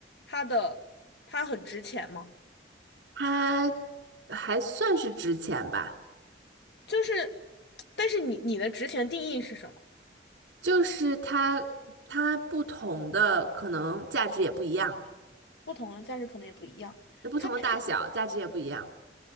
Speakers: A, on the left (about 65°); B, on the right (about 75°).
A: 它的它很值钱吗？
B: 它还算是值钱吧。
A: 就是，但是你你的值钱定义是什么？
B: 就是它它不同的可能价值也不一样，
A: 不同的价值可能也不一样，
B: 就不同的大小价值也不一样。
A: 它是